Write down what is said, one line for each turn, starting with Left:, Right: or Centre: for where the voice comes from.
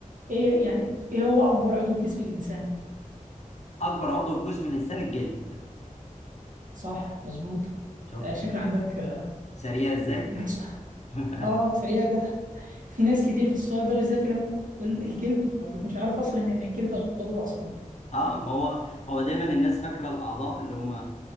Right: ايه يعني ايه هو اكبر عضو في جسم الانسان
Left: <laughs> اكبر عضو في جسم الانسان الجلد
Right: صح مظبوط
Left: شفت
Right: تا- شكل عندك آه،
Left: سريع ازاي
Right: ده سؤال
Left: <laughs>
Right: اه سريع ده في ناس كتير في السؤال ده بالذات اللي بيقول الجلد ما بيكونش عارف اصلا ان الجلد عضو اصلا
Left: اه ما هو هو دايما الناس فاكره الاعضاء اللي هم